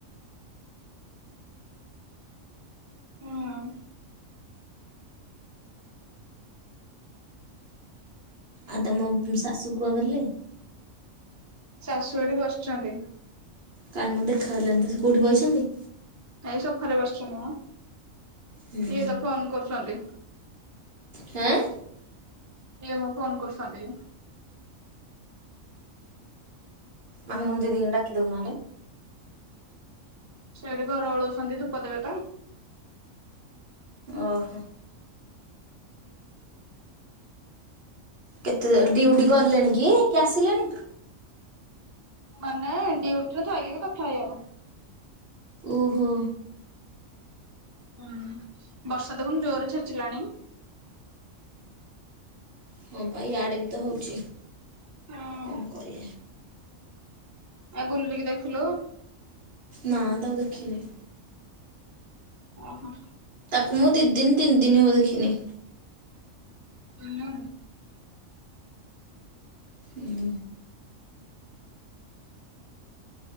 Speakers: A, on the right; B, on the right.
A: ହଁ।
B: ଆଉ ତମ ଶାଶୁ କୁଆଡେଗଲେ?
A: ଶାଶୁ ଏଇଠି ବସିଛନ୍ତି।
B: କାଇଁ ମ ଦେଖାଗଲାନି ତ ସେ କୋଉଠି ବଇଛନ୍ତି?
A: ଏଇ ସୋଫାରେ ବସିଛନ୍ତି ମ।
B: ହୁଁ
A: ଇଏ ତ ଫୋନ୍ କରୁଛନ୍ତି।
B: ହେଁ?
A: ଇଏ ପା ଫୋନ୍ କରୁସନ୍ତି।
B: ମାମୁନ୍ ଦିଦିଙ୍କି ଡାକି ଦଉନୁ ନହେଲେ।
A: ସେ ଏଇଠି ଘର ଓଳଉଛନ୍ତି ଧୂପ ଦେବେ ତ।
B: ଓହୋ। କେତେ ଜଲ୍ ଡ୍ୟୁଟି ଗଲେଣି କି, କି ଆସିଲେଣି?
A: ମାନେ ଡ୍ୟୁଟିରେ ଥାଇକି ବି କଥା ହେଇ ହବ।
B: ଓହୋ।
A: ହୁଁ ବର୍ଷା ଦେଖୁନୁ ଜୋରରେ ଛେଚିଲାଣି।
B: ହଁ ପା ଇଆଡ଼େ ବି ତ ହଉଛି।
A: ହୁଁ।
B: କଣ କରିଆ।
A: ଆଉ ଗୁଲୁରି କି ଦେଖିଲୁ?
B: ନାଁ ତାକୁ ଦେଖିନାହିଁ।
A: ଅଁ ହଁ।
B: ତାକୁ ମୁଁ ଦି ଦିନ୍, ତିନ୍ ଦିନ୍ ହବ ଦେଖିନି।
A: ହୁଁ।
B: ହୁଁ।